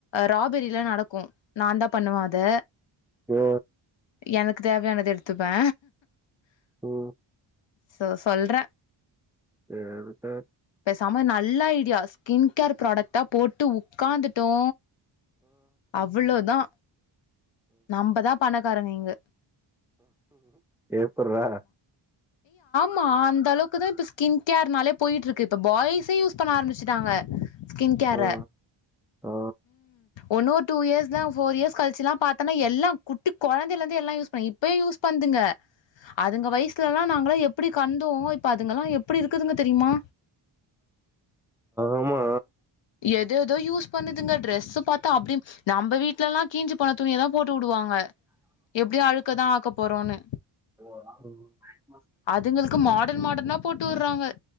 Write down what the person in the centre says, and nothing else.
ஒ
ம்
ஏத
எப்பிட்றா
ஆ ஆ
ஆமா
ஓ அது உண்ம